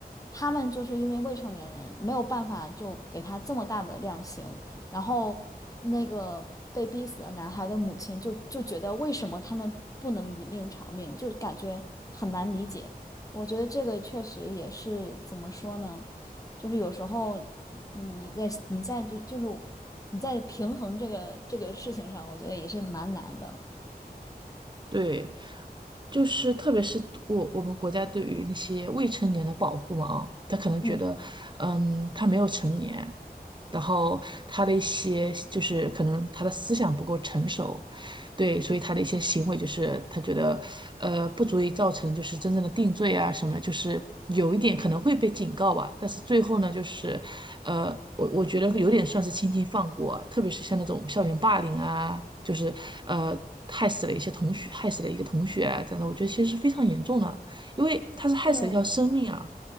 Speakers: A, on the left; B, on the right.
A: 他们就是因为未成年人，没有办法就给他这么大的量刑。然后那个被逼死的男孩的母亲就就觉得为什么他们不能以命偿命，就感觉很难理解。我觉得这个确实也是怎么说呢？就是有时候你在你在就就是你在平衡这个这个事情上，我觉得也是蛮难的。
B: 对，就是特别是我我们国家对于那些未成年的保护嘛啊，他可能觉得，
A: 嗯。
B: 嗯，他没有成年，然后他的一些就是可能他的思想不够成熟，对，所以他的一些行为就是他觉得，呃，不足以造成就是真正的定罪啊什么，就是有一点可能会被警告吧，但是最后呢，就是，呃，我我觉得有点算是轻轻放过啊特别是像那种校园霸凌啊，就是呃害死了一些同学，害死了一个同学啊这样的，我觉得其实是非常严重的啊，因为他是害死了一条生命啊，
A: 对，